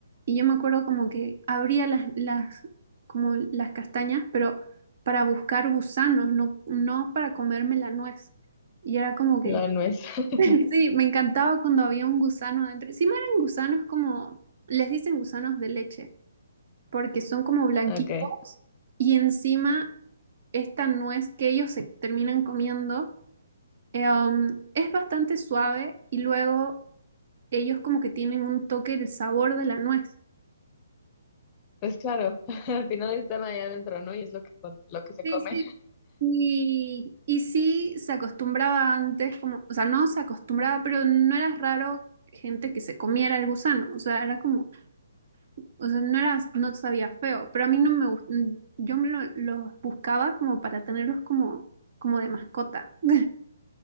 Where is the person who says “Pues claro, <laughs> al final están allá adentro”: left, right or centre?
Left